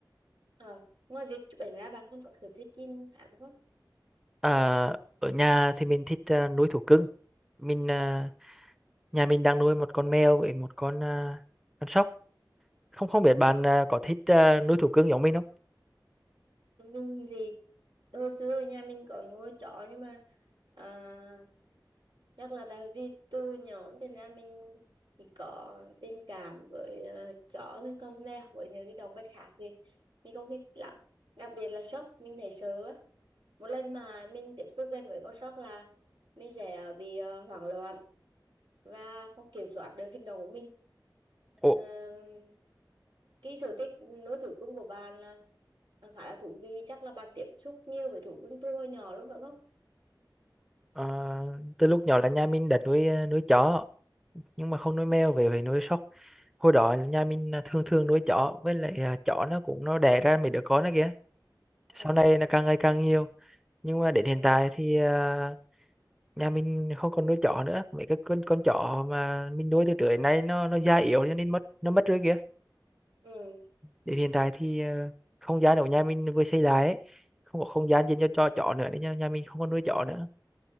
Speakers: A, on the right; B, in the centre.
A: Ờ, ngoài việc chụp ảnh ra bạn còn có sở thích chim khác không
B: à, ở nhà thì mình thích ờ, nuôi thú cưng mình ờ, nhà mình đang nuôi một con mèo với một con ờ, con sóc không không biết bạn ờ, có thích ờ, nuôi thú cưng giống mình không
A: mình thì hồi xưa thì nhà mình có nuôi chó nhưng mà à, chắc là tại vì từ nhỏ thành ra mình chỉ có tình cảm với ờ, chó với con mèo với những cái động vật khác thì mình không thích lắm đặc biệt là sóc mình thấy sợ á một lần mà mình tiếp xúc gần với con sóc là mình sẽ bị ờ, hoảng loạn và không kiểm soát được hành động của mình
B: Ủa,
A: Ờm, cái sở thích nuôi thú cưng của bạn là là khá là thú vị chắc là bạn tiếp xúc nhiều với thú cưng từ hồi nhỏ lắm phải không
B: Ờ, từ lúc nhỏ là nhà mình đã nuôi ờ, nuôi chó nhưng mà không nuôi mèo về phải nuôi sóc hồi đó nhà mình là thường thường nuôi chó với lại ờ, chó nó cũng nó đẻ ra mấy đứa con đó kìa
A: ừ
B: sau này nó càng ngày càng nhiều nhưng mà đến
A: ừ
B: hiện tại thì ờ, nhà mình không còn nuôi chó nữa mấy cái con con chó mà mình nuôi từ trước đến nay nó nó già yếu cho nên mất nó mất rồi kìa
A: ừ
B: đến hiện tại thì ờ, không gian ở nhà mình vừa xây lại ấy. không có không gian dành cho cho chó nữa nên nhà, nhà mình không còn nuôi chó nữa